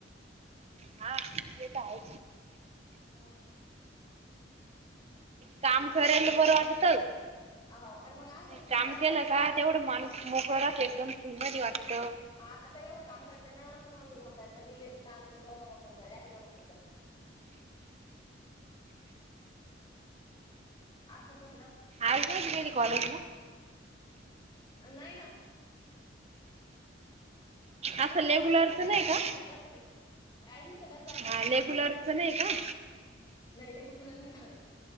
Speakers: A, on the right; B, on the left.
A: हा तेेतय
B: म.
A: काम
B: माणस आहे
A: करायला
B: ना जेवढं
A: बरं
B: काम
A: वाटतं.
B: केलं तेवढं. हो पण मग असं म्हण
A: काम
B: त्या
A: केलं
B: इथ
A: का
B: आता.
A: तेवढं माणूस मोकळं राहतं एकदम फ्री मध्ये वाटत
B: आता एवढं काम करत ना मग म्हात्यार पण इले गांजत मग म्हणणार्या अ पण म्हणत्या. असं पण ना.
A: आजली कॉलेज ला
B: नाही ना
A: असं
B: मी कॉलेजला
A: रेग्युलरच
B: फक्त ऍडमिशनला
A: नाही का
B: जाते ऍडमिशनत जाातते
A: हा
B: फक्तो
A: रेग्युलरच नाही का
B: नाही रेगुलर नाही करत